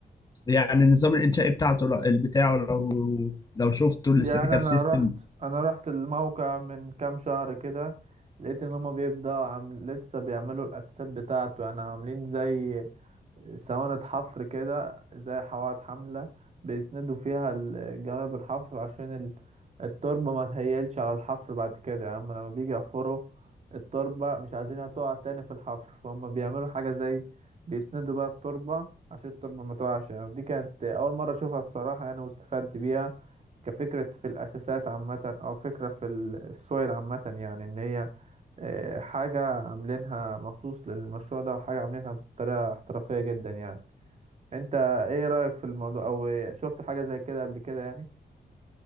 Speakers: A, on the left; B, on the right.
A: يعني النظام الإنشائي بتاعته لو- بتاعه لو لو شفته الاستاتيكال
B: يعني انا
A: سيستم
B: رحت انا رحت الموقع من كام شهر كده لقيت ان هما بيبدأ عم لسه بيعملوا الاساسات بتاعته يعني عاملين زي سواند حفر كده زي حواض حملة بيسندوا فيها ال- جانب الحفر عشان ال- التربة ما تهيلش على الحفر بعد كده يعني هما لما بيجي يحفروا التربة مش عايزينها تقع تاني في الحفر فهم بيعملوا حاجة زي بيسندوا بقى التربة عشان التربة ما تقعش يعني دي كانت أول مرة أشوفها الصراحة يعني واستفدت بيها كفكرة في الأساسات عامة أو فكرة في ال- السويل عامة يعني إن هي آه، حاجة عاملينها مخصوص للمشروع ده وحاجة عاملينها بطريقة احترافية جدا يعني انت ايه رأيك في الموضوع او إيه- شفت حاجة زي كده قبل كده يعني